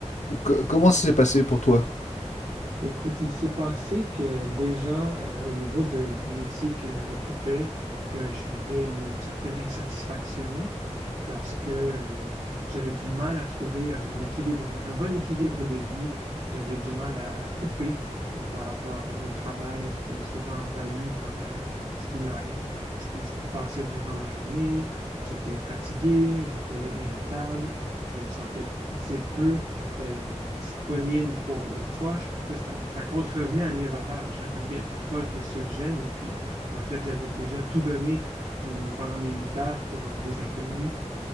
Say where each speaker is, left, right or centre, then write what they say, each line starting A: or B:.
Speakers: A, on the left (about 80°); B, on the right (about 70°).
A: co- comment
B: Euh,
A: ça s'est passé pour toi?
B: Écoute, il s'est passé que déjà, euh, au niveau de- du métier que j'occupais, euh, je vivais une certaine insatisfaction. parce que euh, j'avais du mal à trouver un équilibre, un bon équilibre de vie. J'avais du mal à, à couper euh, par rapport euh, au travail. J'étais souvent envahi par euh, ce qui m'arrive, ce qui, ce qui se passait durant ma journée. J'étais fatigué, j'étais irritable, je me sentais assez peu euh, disponible pour mes proches. Puis ça, ça, ça contrevenait à mes valeurs. Je voulais être proche de ceux que j'aime. Et puis, en fait, j'avais déjà tout donné hum, pendant mes huit heures pour euh, des inconnus